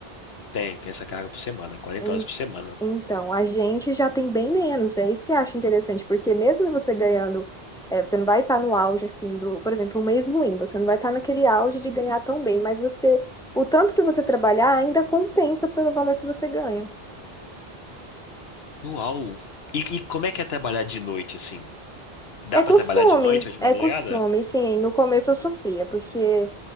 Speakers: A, on the left (about 80°); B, in the centre.
A: Tem, tem essa carga por semana, quarenta
B: Em-
A: horas por semana.
B: Então, a gente já tem bem menos. É isso que eu acho interessante, porque mesmo você ganhando, é, você não vai estar no auge, assim, do, por exemplo, um mês ruim, você não vai estar naquele auge de ganhar tão bem, mas você, o tanto que você trabalhar ainda compensa pelo valor que você ganha.
A: Uau! E, e como é que é trabalhar de noite, assim? Dá
B: É
A: pra
B: costume,
A: trabalhar de noite ou de
B: é
A: madrugada?
B: costume, sim. No começo eu sofria, porque,